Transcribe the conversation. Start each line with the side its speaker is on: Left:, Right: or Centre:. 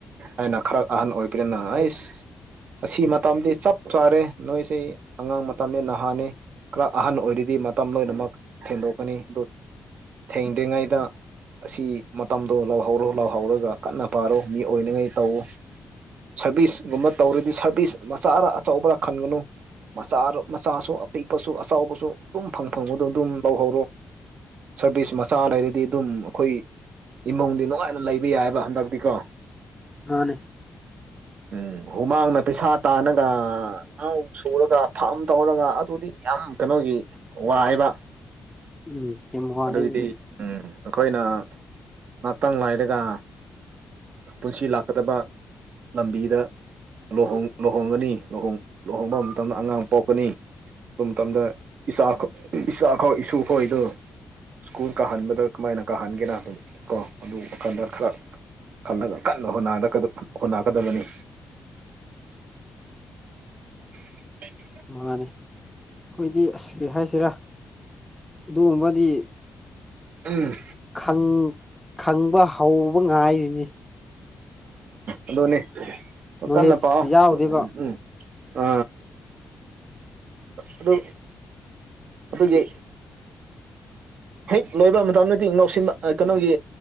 Right: ꯑꯩꯅ ꯈꯔ ꯑꯍꯟ ꯑꯣꯏꯕꯅꯤꯅ ꯑꯩꯁ ꯑꯁꯤ ꯃꯇꯝꯗꯤ ꯆꯞ ꯆꯥꯔꯦ ꯅꯣꯏꯁꯦ ꯑꯉꯥꯡ ꯃꯇꯝꯅꯦ ꯅꯍꯥꯅꯦ ꯈꯔ ꯑꯍꯟ ꯑꯣꯏꯔꯤꯗꯤ ꯃꯇꯝ ꯂꯣꯏꯅꯃꯛ ꯊꯦꯡꯗꯣꯛꯀꯅꯤ ꯑꯗꯨ ꯊꯦꯡꯗ꯭ꯔꯤꯉꯩꯗ ꯑꯁꯤ ꯃꯇꯝꯗꯣ ꯂꯥꯎꯍꯧꯔꯣ ꯂꯥꯎꯍꯧꯔꯒ ꯀꯟꯅ ꯄꯥꯔꯣ ꯃꯤ ꯑꯣꯏꯅꯉꯩ ꯇꯧꯑꯣ ꯁꯔꯚꯤꯁꯒꯨꯝꯕ ꯇꯧꯔꯗꯤ ꯁꯔꯚꯤꯁ ꯃꯆꯥꯔ ꯑꯆꯧꯕꯔꯥ ꯈꯟꯒꯅꯨ ꯃꯆꯥ ꯃꯆꯥꯁꯨ ꯑꯄꯤꯛꯄꯁꯨ ꯑꯆꯥꯎꯕꯁꯨ ꯑꯗꯨꯝ ꯐꯪ ꯐꯪꯕꯗꯣ ꯑꯗꯨꯝ ꯂꯧꯍꯧꯔꯣ ꯁꯔꯚꯤꯁ ꯃꯆꯥ ꯂꯩꯔꯗꯤ ꯑꯗꯨꯝ ꯑꯩꯈꯣꯏ ꯏꯃꯨꯡꯗꯤ ꯅꯨꯡꯉꯥꯏꯅ ꯂꯩꯕ ꯌꯥꯏꯌꯦꯕ ꯍꯟꯗꯛꯇꯤꯀꯣ
Centre: ꯃꯥꯅꯦ
Right: ꯎꯝ ꯍꯨꯃꯥꯡꯅ ꯄꯩꯁꯥ ꯇꯥꯅꯒ ꯉꯥꯎ ꯁꯨꯔꯒ ꯐꯥꯝ ꯇꯧꯔꯒ ꯑꯗꯨꯗꯤ ꯌꯥꯝ ꯀꯩꯅꯣꯒꯤ ꯋꯥꯏꯕ
Centre: ꯎꯝ <unintelligible>
Right: ꯑꯗꯨꯒꯤꯗꯤ ꯎꯝ ꯑꯩꯈꯣꯏꯅ ꯉꯥꯛꯇꯪ ꯂꯥꯏꯔꯒ ꯄꯨꯟꯁꯤ ꯂꯥꯛꯀꯗꯕ ꯂꯝꯕꯤꯗꯨ ꯂꯣꯍꯣꯡ ꯂꯨꯍꯣꯡꯒꯅꯤ ꯂꯨꯍꯣꯡ ꯂꯨꯍꯣꯡꯕ ꯃꯇꯝꯗ ꯑꯉꯥꯡ ꯄꯣꯛꯀꯅꯤ ꯑꯗꯨ ꯃꯇꯝꯗ ꯏꯁꯥ ꯏꯁꯥ ꯈꯣꯏ ꯏꯁꯨ ꯈꯥꯏꯗꯣ ꯁ꯭ꯀꯨꯜ ꯀꯥꯍꯟꯕꯗ ꯀꯃꯥꯏꯅ ꯀꯥꯍꯟꯒꯦꯅ ꯀꯣ ꯑꯗꯨ ꯋꯥꯈꯜꯗ ꯈꯔ ꯈꯜꯂꯒ ꯀꯟꯅ ꯍꯣꯠꯅꯥ ꯍꯣꯠꯅꯒꯗꯕꯅꯤ <inaudible>
Centre: ꯃꯥꯅꯦ ꯑꯩꯈꯣꯏꯗꯤ ꯑꯁ ꯀꯩ ꯍꯥꯏꯁꯤꯔꯥ ꯑꯗꯨꯒꯨꯝꯕꯗꯤ
Right: ꯎꯝ
Centre: ꯈꯪ ꯈꯪꯕ ꯍꯧꯕ ꯉꯥꯏꯔꯤꯅꯤ
Right: ꯑꯗꯨꯅꯦ
Centre: ꯅꯣꯂꯦꯖ
Right: ꯀꯟꯅ ꯄꯥꯎ
Centre: ꯌꯥꯎꯗꯦꯕ
Right: ꯎꯝ ꯑ ꯑꯗꯨ ꯑꯗꯨꯒꯤ ꯍꯦꯛ ꯂꯣꯏꯕ ꯃꯇꯝꯗꯗꯤ ꯉꯧꯁꯤꯟꯕ ꯑ ꯀꯩꯅꯣꯒꯤ